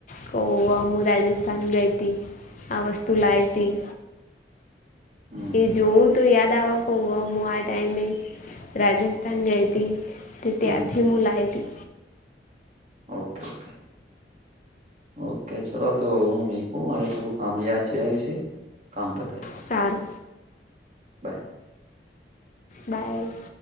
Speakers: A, on the left; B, on the right.
A: ક હું આમ રાજસ્થાન ગઈ તી, આ વસ્તુ લાઈ તી.
B: હમ
A: એ જોવું તો યાદ આવ, ક હું આ ટાઈમે રાજસ્થાન ગઈ હતી, તે
B: હમ
A: ત્યાંથી
B: હમ
A: હું લાઈતી.
B: Okay, okay. ઓકે, ચલો તો હું મુયકું મારે થોડું કામ યાદ છે આયું છે, કામ પતાઈ.
A: સારું.
B: બાય.
A: બાય.